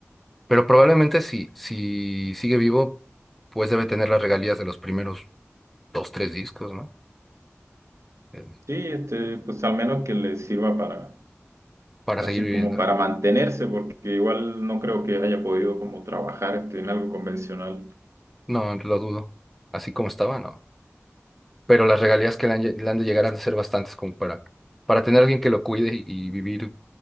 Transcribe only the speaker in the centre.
pero probablemente si si sigue vivo, pues debe tener las regalías de los primeros dos, tres discos, ¿no? Eh,
Para
seguir
viviendo.
No, lo dudo. Así como estaba, no. Pero las regalías que le han, lle- le han de llegar han de ser bastantes como para para tener alguien que lo cuide y y vivir